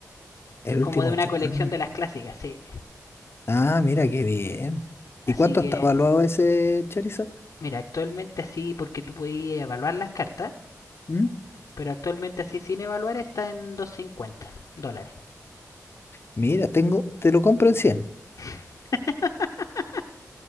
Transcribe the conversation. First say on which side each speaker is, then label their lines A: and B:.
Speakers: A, on the left (about 40°); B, on the left (about 70°).
A: El
B: que es como
A: último
B: de una
A: cha-
B: colección
A: Ah,
B: de las clásicas, sí.
A: ah, mira, qué bien.
B: Así
A: ¿Y cuánto
B: que,
A: está evaluado ese Charizard?
B: mira, actualmente así, porque tú puedes evaluar las cartas,
A: ¿Mm?
B: pero actualmente así sin evaluar está en 250 dólares.
A: Mira, tengo, te lo compro en 100.
B: <laughs>